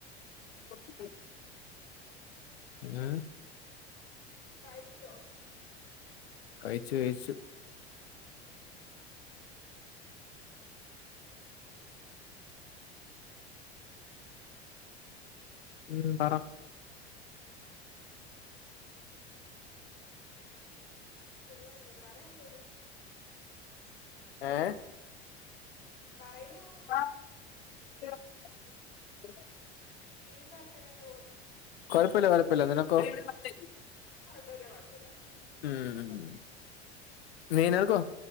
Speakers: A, on the left (about 65°); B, on the left (about 40°).
A: <unintelligible> ഉം
B: കഴിച്ചോ
A: കഴിച്ചു കഴിച്ചു ഉം പറ
B: സുഖവല്ലേ പറ എന്തേലും
A: ഏ
B: പറയൂ
A: ആ <unintelligible>
B: ജീവിതൊക്കെ എങ്ങനെ പോവുന്നു
A: കൊഴപ്പയില്ല കൊഴപ്പയില്ല നിന ക്കൊ <unintelligible>
B: കൊഴപ്പയില്ല കൊഴപ്പയില്ല
A: ഉം മീനാൾക്കോ